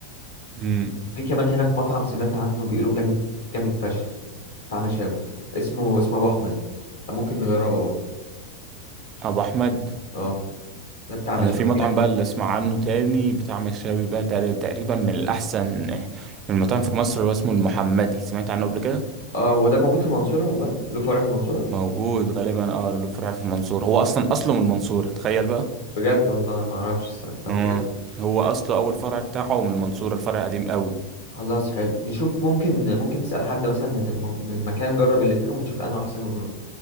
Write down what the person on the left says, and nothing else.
في كمان هناك مطعم سمعت عنه بيقولوا جامد جامد فشخ بتاع مشاوي اسمه اسمه ابو احمد ممكن نجربه برضه
اه ده بتاع مشاوي
جامد
اه هو ده موجود في المنصورة والله له فرع في المنصورة
بجد والله ما اعرفش الصراحة طب
بجد
بجد
خلاص حلو نشوف ممكن ممكن نسأل حد مثلا من المن... من المكان جرب الاتنين ونشوف انه احسن ونروح